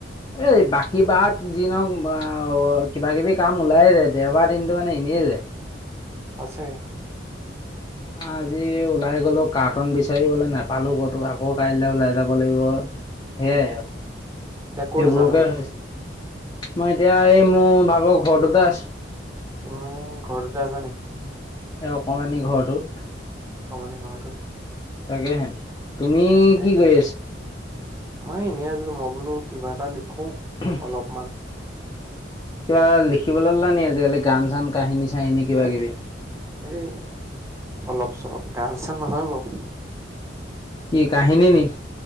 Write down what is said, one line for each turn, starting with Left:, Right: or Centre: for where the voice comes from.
Left: এই বাকী বাৰত যি নহওক অ কিবা কিবি কাম ওলাই যায় দেওবাৰ দিনটো মানে এনেই যায়
Right: আছে
Left: আজি ওলাই গলো কাৰ্টোন বিচাৰিবলে নাপালো ক'তো আকৌ কাইলে ওলাই যাব লাগিব সেইয়াই
Right: এতিয়া ক'ত
Left: সেইবোৰকে
Right: আছা তুমি?
Left: হৈছে মই এতিয়া এই মোৰ ভাগৰ ঘৰটোতে আছো
Right: তুমি ঘৰটোতে আছা নেকি
Left: সেই অকণমানি ঘৰটোত
Right: অকমানি ঘৰটোত
Left: তাকেহে তুমি
Right: আছে এতিয়া
Left: কি কৰি আছা
Right: মই এনেই আছিলো মই বোলো কিবা এটা লিখো
Left: উম
Right: অলপমান
Left: কিবা লিখিবলে ললা নেকি আজিকালি গান চান কাহিনী চাহিনী কিবা কিবি
Right: এ অলপ চলপ গান চান নহয় বাৰু
Left: কি কাহিনী নেকি